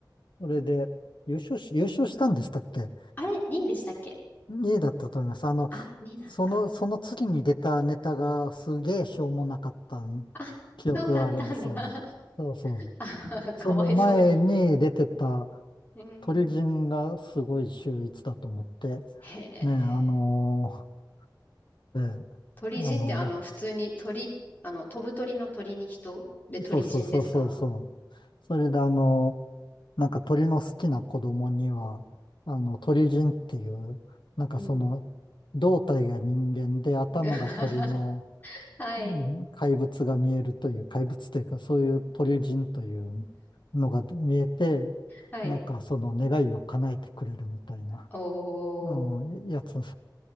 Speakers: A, on the left; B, on the left.
A: ーそれで、優勝し、優勝したんでしたっけ
B: あれ、2位でしたっけ
A: 2いだったと思います。あの、
B: あ、2位なのか。
A: その、その次に出たネタがすげえしょうもなかった
B: あ、
A: 記憶があるんですよ。
B: そうだったんだ。
A: そうそう。
B: <laughs> あ、かわいそうに。
A: その前に出てた
B: うん。
A: 鳥人がすごい秀逸だと思って、
B: へえ。
A: ね、あのー、え
B: 鳥人ってあの、
A: えあの
B: 普通に鳥、あの、飛ぶ鳥の鳥に人で鳥人ですか
A: ー、そうそうそうそうそう。それであのー、なんか鳥の好きな子供には、あの、鳥人っていう、なんかその、
B: うん。
A: 胴体が人間で頭が鳥の
B: <laughs> はい。
A: うん怪物が見えるという、怪物というか、そういう鳥人というのが見えて、
B: はい。
A: なんかその願いを叶えてくれるみたいな、
B: おー。
A: うん、やつ、<laughs> うん